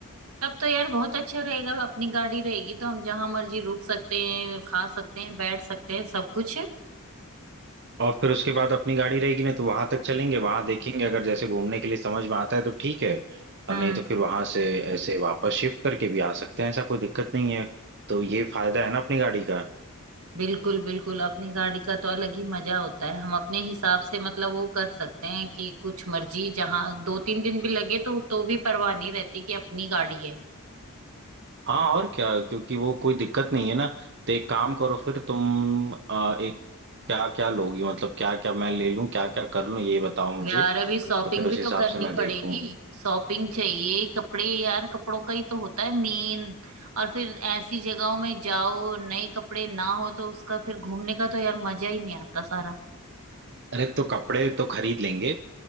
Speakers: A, on the right; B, on the right.
A: तब तो यार बहुत अच्छा रहेगा अपनी गाड़ी रहेगी तो हम जहां मर्जी रुक सकते हैं खा सकते हैं बैठ सकते हैं सब कुछ है
B: और फिर उसके बाद अपनी गाड़ी रहेगी ना तो वहां तक चलेंगे वहां देखेंगे अगर जैसे घूमने के लिए समझ में आता है तो ठीक है
A: हम्म
B: और नहीं तो फिर वहां से ऐसे वापस शिफ्ट करके भी आ सकते हैं ऐसा कोई दिक्कत नहीं है तो ये फायदा है ना अपनी गाड़ी का
A: बिल्कुल बिल्कुल अपनी गाड़ी का तो अलग ही मजा होता है हम अपने हिसाब से मतलब वो कर सकते हैं कि कुछ मर्जी जहाँ दो तीन दिन भी लगे तो तो भी परवाह नहीं रहती कि अपनी गाड़ी है
B: हाँ और क्या क्योंकि वो कोई दिक्कत नहीं है ना तो एक काम करो फिर तुम आ, एक क्या क्या लोगी मतलब क्या क्या मैं ले लूं क्या क्या कर लूं ये बताओ मुझे
A: यार अभी शॉपिंग
B: तो फिर उस
A: भी
B: हिसाब
A: तो करनी
B: से मैं
A: पड़ेगी
B: देखूं
A: शॉपिंग चाहिए कपड़े यार कपड़ों का ही तो होता है मेन और फिर ऐसी जगहों में जाओ नए कपड़े ना हो तो उसका फिर घूमने का तो यार मजा ही नहीं आता सारा
B: अरे तो कपड़े तो खरीद लेंगे